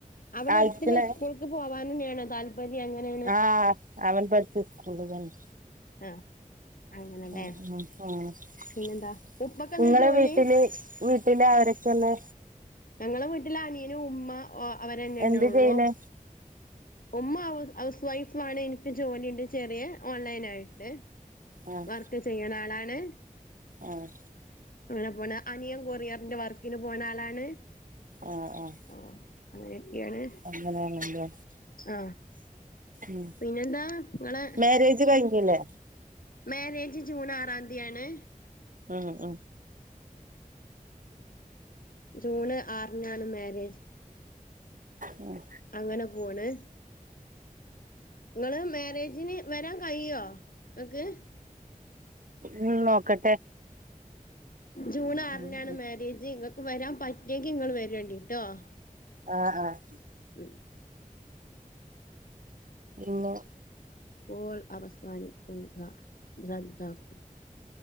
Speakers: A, on the left; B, on the right.
A: അവിടെ
B: അയക്കണേ
A: അടുത്തുള്ള സ്കൂൾ <unintelligible> <unintelligible> അങ്ങനെ
B: ആഹ് അവൻ പഠിച്ച സ്കൂൾ തന്നെ
A: ആഹ് അങ്ങനെല്ലേ
B: <unintelligible>
A: പിന്നെന്താ ഉപ്പക്ക് എന്താ
B: നിങ്ങളെ
A: ജോലി
B: വീട്ടില് വീട്ടില് ആരൊക്കെ ഒള്ളെ
A: ഞങ്ങളെ വീട്ടില് അനിയന് ഉമ്മ അവരന്നെന്നെ
B: എന്ത്
A: ഉള്ളൂ
B: ചെയ്യണെ
A: ഉമ്മ ഹൗസ് ഹൗസ് വൈഫ് ആണ് എനിക്ക് ജോലിയുണ്ട് ചെറിയ ഓൺലൈൻ ആയിട്ട്
B: ആഹ്
A: വർക്ക് ചെയ്യണ ആളാണ്
B: ആഹ്
A: അങ്ങനെ പോണ്‌ അനിയൻ കൊറിയറിന്റെ വർക്കിന് പോണെ ആളാണ്
B: ആഹ് ആഹ്
A: ഓ അങ്ങനെയൊക്കെയാണ്
B: അങ്ങനെ ആണല്ലേ
A: ആഹ്
B: ഉം
A: പിന്നെന്താ നിങ്ങളെ
B: മാരേജ് കഴിഞ്ഞില്ലേ
A: മാരേജ് ജൂൺ ആറാന്തിയാണ്
B: ആഹ് ആഹ്
A: ജൂണ് ആറിനാണ് മാരേജ്
B: ഉം
A: അങ്ങനെ പോണ് നിങ്ങള് മാരേജിന് വരാൻ കഴിയോ നിങ്ങക്ക്
B: ഉം നോക്കട്ടെ
A: ജൂൺ ആറിനാണ്
B: ഉം ഉം
A: മാര്യേജ് നിങ്ങൾക്ക് വരാൻ പറ്റിയെങ്കി നിങ്ങൾ <unintelligible>
B: ആഹ് ആഹ്
A: ഉം
B: പിന്നെ
A: പോൾ അവസാനിക്കുക റദ്ദാക്കും